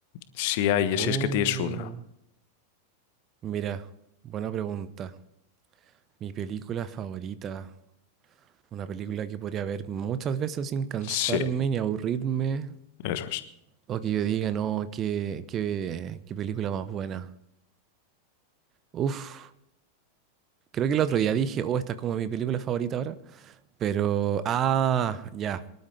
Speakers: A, on the left; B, on the right.
A: si hay,
B: Uh,
A: si es que tienes una.
B: mira, buena pregunta. Mi película favorita, una película que podría ver muchas veces sin cansarme
A: Sí,
B: ni aburrirme,
A: eso es.
B: o que yo diga, no, qué, qué, qué película más buena. Uf, creo que el otro día dije, oh, esta es como mi película favorita ahora, Pero, ah, ya.